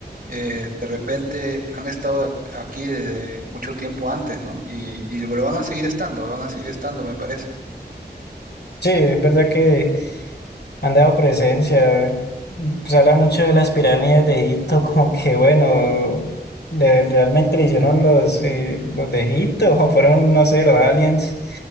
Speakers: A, on the right; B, on the left.
A: eh, de repente han estado ac- aquí desde mucho tiempo antes, ¿no? Y, y lo van a seguir estando, lo van a seguir estando, me parece.
B: sí, es verdad que. han dado presencia. Y, Pues habla mucho de las pirámides de Egipto, <laughs> como que bueno, de, realmente lo hicieron los, eh, los de Egipto <laughs> o fueron, no sé, los aliens,